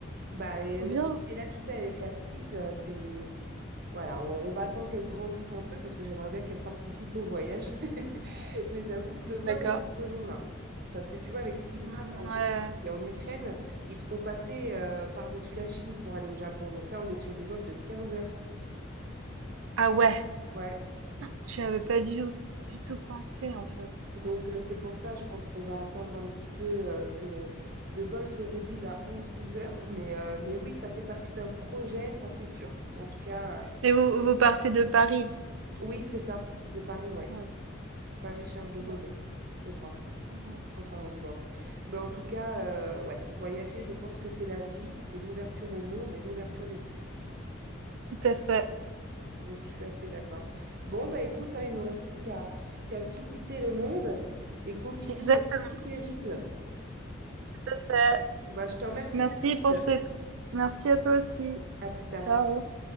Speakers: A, on the right; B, on the right.
A: Bah, et
B: Trop
A: oui,
B: bien.
A: mais là, tu sais, avec la petite, euh, c'est Voilà, on, on va attendre qu'elle grandisse un peu parce que j'aimerais bien qu'elle participe au voyage. <laughs> Mais j'avoue que le
B: D'accord.
A: vol est un peu long là. Parce que tu vois, avec ce qui se
B: Hmm,
A: passe en Russie
B: ouais.
A: et en Ukraine, ils te font passer euh, par-dessus la Chine pour aller au Japon. Donc là, on est sur des vols de quinze heures.
B: Ah ouais.
A: Ouais.
B: J'y avais pas du tout, du tout pensé en fait.
A: Donc
B: Ouais.
A: euh, c'est pour ça, je pense qu'on va attendre un petit peu euh, que le vol se réduise à onze douze heures. Mais, euh, mais oui, ça fait partie d'un projet, ça c'est sûr. En tout cas, euh,
B: Mais vous, vous partez de Paris.
A: oui, c'est ça, de Paris, ouais.
B: Ouais,
A: Paris-Charles de
B: ouais,
A: Gaulle, je crois.
B: ouais.
A: Enfin, bon. Mais en tout cas, euh, ouais, voyager, je pense que c'est la vie, c'est l'ouverture au monde et l'ouverture d'esprit.
B: Tout à fait.
A: Bon, je suis assez d'accord. Bon, bah écoute, hein, il nous reste plus qu'à qu'à visiter le monde et continuer
B: Exactement,
A: nos petits périples.
B: tout à fait.
A: Bah, je te remercie,
B: Merci
A: Mathilde.
B: pour cette. Merci à toi aussi.
A: À plus tard.
B: Ciao.